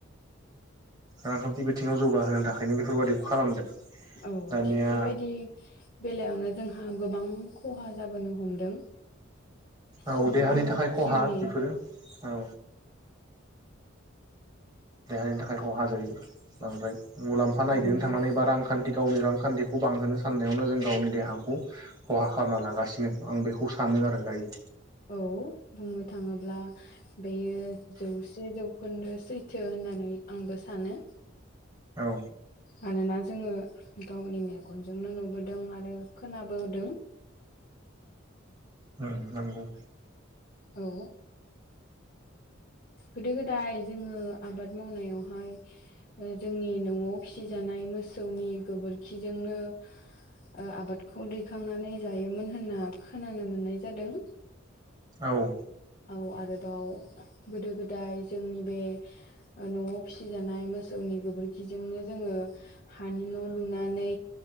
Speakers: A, on the right; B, on the left.
A: रांखान्थि बिथिङाव जौगा होनो थाखायनो बेफोरबादिखौ खालामदों
B: औ
A: दानिया
B: थिग बेबायदि बेलायावनो जों हा गोबां खहा जाबोनो हमदों सुबुं
A: औ देहानि थाखाय खहा
B: जिउनि
A: बेफोरो औ देहानि थाखाय खहा जायो। बांद्राय मुलाम्फा नागिरनो
B: औ नंगौ
A: थांनानै बा रांखान्थि गावनि रां खान्थिखौ बांहोनो साननायावनो जों गावनि देहाखौ खहा खालामना लागासिनो आं बेखौ सानो आरो दायो
B: औ बुंनो थाङोब्ला बेयो जौसे जौखोन्दो सैथो होननानै आंबो सानो।
A: औ
B: मानोना जोङो गावनि मेगनजोंनो नुबोदों आरो खोनाबोदों
A: ओं नंगौ
B: औ गोदो गोदाय जोङो आबाद मावनायावहाय जोंनि न'आव फिसिजानाय मोसौनि गोबोरखिजोंनो ओ आबादखौ दैखांनानै जायोमोन होनना खोनानो मोननाय जादों
A: औ
B: औ आरो बाव गोदो गोदाय जोंनि बे ओ न'आव फिसि जानाय मोसौनि गोबोरखि जोंनो जोङो हानि न' लुनानै